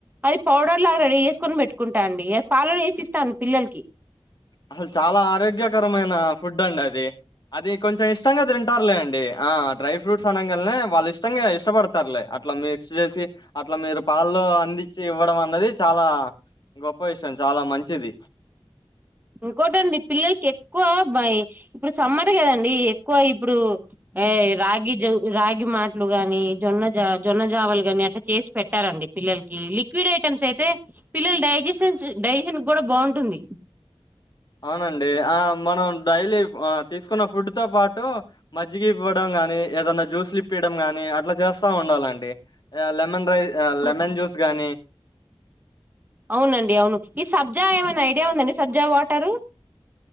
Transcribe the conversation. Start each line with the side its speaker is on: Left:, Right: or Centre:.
Right: అది పౌడర్ లాగా రెడీ చేసుకొని పెట్టుకుంటా అండి పాలలో వేసిస్తాను పిల్లలకి
Left: అసలు చాలా ఆరోగ్యకరమైన ఫుడ్ అండి అది అది కొంచెం ఇష్టంగా తింటారులే అండి ఆ డ్రై ఫ్రూట్స్ అనంగాలనే వాళ్ళు ఇష్టంగా ఇష్టపడతారులే అట్లా మిక్స్ చేసి అట్లా మీరు పాల్లో అందించి ఇవ్వడం అన్నది చాలా గొప్ప విషయం చాలా మంచిది.
Right: ఊరుకోవదండి పిల్లలకి ఎక్కువ బయి ఇప్పుడు సమ్మర్ కదండి. ఎక్కువ ఇప్పుడు రాగి జ రాగి మాట్లూ గాని జొన్న జా జొన్న జావలు గని అట్లా చేసి పెట్టాలండి. పిల్లలకి లిక్విడ్ ఐటెమ్స్ అయితే పిల్లల డైజెషన్ డైజెషన్ కూడా బాగుంటుంది.
Left: అవునండీ ఆ మనం డైలీ ఆ తీసుకున్న ఫుడ్ తో పాటూ మజ్జిగ ఇవ్వడం గానీ ఏదన్నా జ్యూస్లు ఇప్పియడం గానీ అట్లా చేస్తా ఉండాలండి. లెమన్ రై
Right: ఇప్పుడు
Left: లెమన్ జ్యూస్ గానీ
Right: అవునండి అవును ఈ సబ్జా ఏమైనా ఐడియా ఉందండి సబ్జా వాటరు.